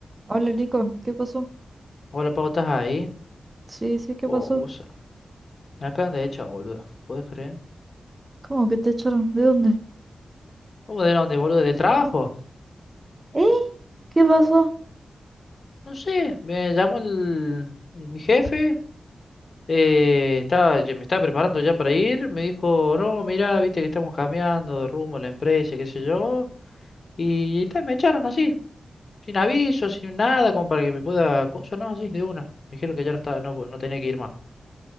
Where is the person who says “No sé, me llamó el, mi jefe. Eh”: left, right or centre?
Left